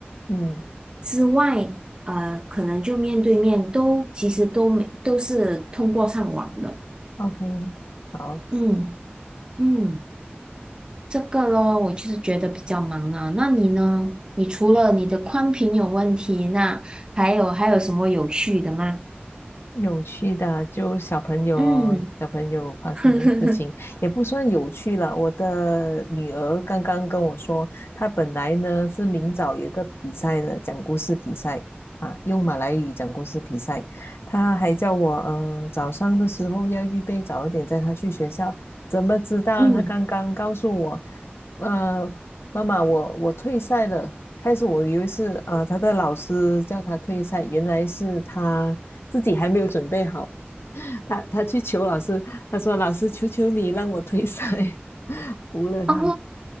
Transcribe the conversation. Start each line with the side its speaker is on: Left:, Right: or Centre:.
Left: 嗯
Right: 之外，呃，可能就面对面都其实都没都是通过上网的。
Left: ，OK，好。
Right: 嗯嗯，这个咯，我就是觉得比较忙啊。那你呢？你除了你的宽频有问题，那还有还有什么有趣的吗？
Left: 有趣的就小朋友咯，
Right: 嗯。
Left: 小朋友发生的事情也不算有趣了。
Right: <laughs>
Left: 我的女儿刚刚跟我说，她本来呢是明早有一个比赛的，讲故事比赛啊，用马来语讲故事比赛。她还叫我呃早上的时候要预备早一点，带她去学校。怎么知道？
Right: 嗯，
Left: 她刚刚告诉我，呃，妈妈，我我退赛了。开始我以为是啊呃，他的老师叫他退赛，原来是他自己还没有准备好。<laughs> 他他去求老师，他说：“老师，求求你让我退赛。” <laughs> 服了他。
Right: 哦，